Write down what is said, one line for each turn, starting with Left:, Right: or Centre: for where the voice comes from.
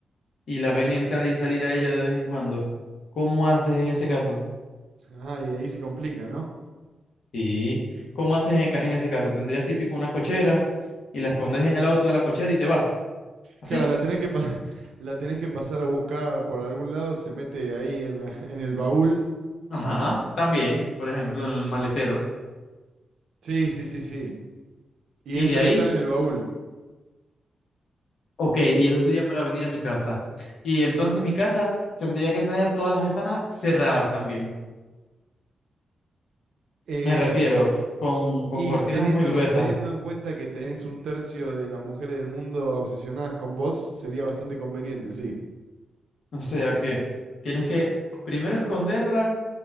Left: y la
Right: Ah,
Left: ven entrar y salir a ella de vez en cuando? ¿Cómo haces en ese caso?
Right: Ah, y ahí se complica, ¿no?
Left: Sí. ¿Cómo haces en, e- en ese caso? ¿Tendrías típico una cochera y la escondes en el auto de la cochera y te vas? ¿Así?
Right: Claro, la tenés que, pa- <laughs> la tenés que pasar a buscar por algún lado, se mete ahí en la- en el baúl.
Left: Ajá. También, por ejemplo, en el maletero.
Right: Sí, sí, sí, sí. Y
Left: Y
Right: entra
Left: de ahí
Right: y sale en el baúl.
Left: Ok, y eso sería para venir a mi casa. Y entonces mi casa tendría que tener todas las ventanas cerradas también.
Right: Eh,
Left: Me refiero, con, con
Right: y
Left: cortinas
Right: teniendo,
Left: muy gruesas.
Right: teniendo en cuenta que tenés un tercio de las mujeres del mundo obsesionadas con vos, sería bastante conveniente, sí.
Left: O sea que tienes que primero esconderla